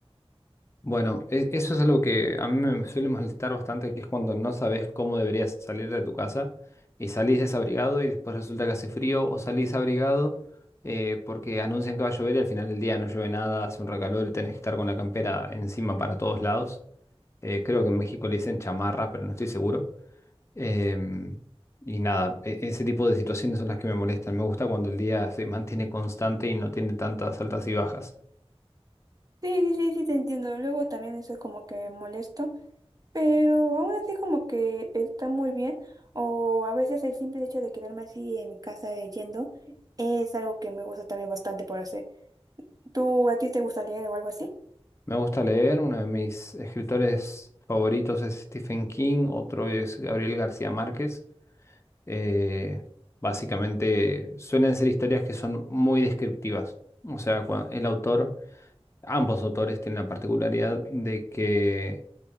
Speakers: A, on the left (about 25°); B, on the right (about 35°).
A: Bueno, e- eso es algo que a mí me suele molestar bastante, que es cuando no sabes cómo deberías salir de tu casa y salís desabrigado y después resulta que hace frío o salís abrigado eh, porque anuncian que va a llover y al final del día no llueve nada, hace un recalor y tenés que estar con la campera encima para todos lados. Eh, creo que en México le dicen chamarra, pero no estoy seguro. Em, y nada, e- ese tipo de situaciones son las que me molestan. Me gusta cuando el día se mantiene constante y no tiene tantas altas y bajas.
B: Sí, sí, sí, sí, te entiendo. Luego también eso es como que molesto, pero aún así como que está muy bien. O a veces el simple hecho de quedarme así en mi casa leyendo es algo que me gusta también bastante por hacer. ¿Tú a ti te gusta leer o algo así?
A: Me gusta leer, uno de mis escritores favoritos es Stephen King, otro es Gabriel García Márquez. Eh, básicamente suelen ser historias que son muy descriptivas. O sea, cua- el autor, ambos autores tienen la particularidad de que